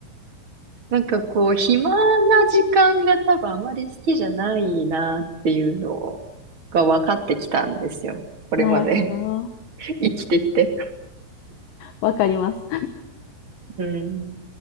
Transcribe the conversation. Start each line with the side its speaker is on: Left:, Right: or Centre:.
Right: なんかこう、暇な時間が多分あまり好きじゃないなっていうのが分かってきたんですよ。これまで
Left: なるほど。
Right: <laughs> 生きてきて。
Left: わかります。
Right: うん。